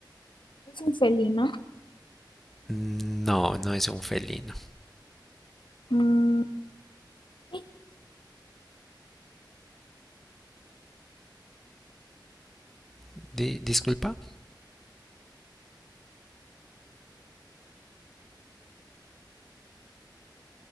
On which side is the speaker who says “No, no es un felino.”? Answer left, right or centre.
Centre